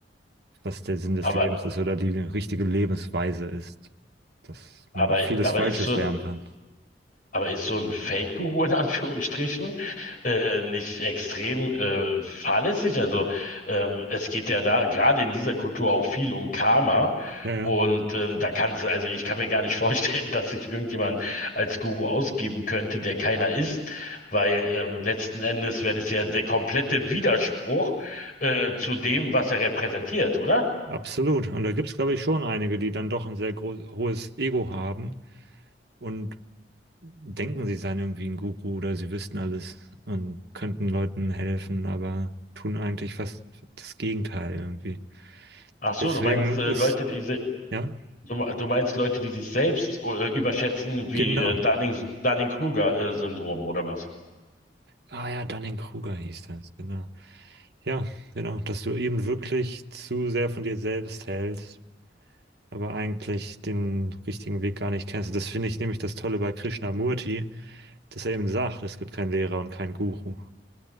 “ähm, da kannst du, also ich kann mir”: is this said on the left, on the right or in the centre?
Left